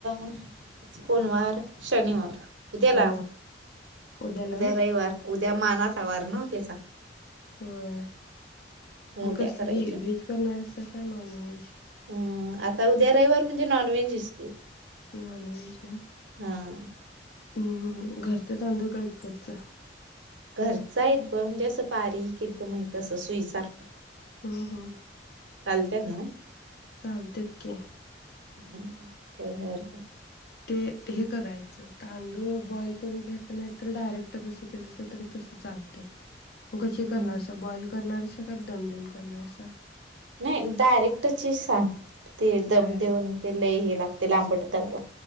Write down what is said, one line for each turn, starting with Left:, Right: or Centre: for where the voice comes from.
Right: आज कोणवार शनिवार उद्याला
Left: हो उद्याला
Right: उद्या
Left: व्हय
Right: रविवार उद्या मानाचा वार नव्हं त्याचा
Left: होय, म
Right: उद्या
Left: कसली
Right: करायचे
Left: व्हेज करणार हाइसा का नॉन व्हेज
Right: अ आता उद्या रहिवर म्हणजे नॉन व्हेज च की
Left: नॉनव्हेज होय
Right: हा
Left: हम्म घरच तांदूळ की विकतचं
Right: घरच हाइत बघ म्हणजे असं बारीक एकदम हाइत असं सुईसारखं
Left: हम, हम
Right: चालत्यात ना?
Left: चालत्यात की
Right: ह बर, बर
Left: ते हे करायचं, तांदूळ बॉईल करून घ्यायचं नाही तर डायरेक्ट तसं केलसा तरी तसं चालतय मग कशी
Right: हम्म
Left: करणार हाइसा बॉईल करणारस हाइसा, का दम देऊन करणार हाइसा
Right: नाही डयरेक्टची सांग ते दम
Left: डायरेक्ट
Right: देऊन, ते लई हे लागतय ते लांबट तरा